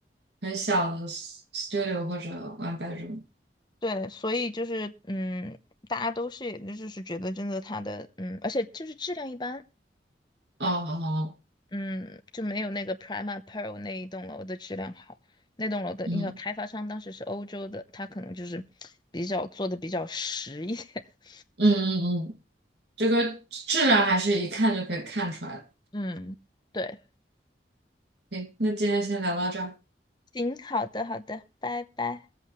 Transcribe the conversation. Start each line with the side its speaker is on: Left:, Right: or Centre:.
Right: 很小的 s- t u d i o 或者 one bedroom。
Left: 对，所以就是嗯，大家都是也就是觉得真的它的嗯，而且就是质量一般，
Right: 哦哦，
Left: 嗯，就没有那个 Prima Pearl 那一栋楼的质量好。那栋楼的一个开发商当时是欧洲的，
Right: 嗯
Left: 他可能就是比较做的比较实一点。<laughs>
Right: 嗯嗯嗯，这个质量还是一看就可以看出来的。
Left: 嗯。对，
Right: 行，那今天先聊到这儿。
Left: 行，好的，好的，拜拜。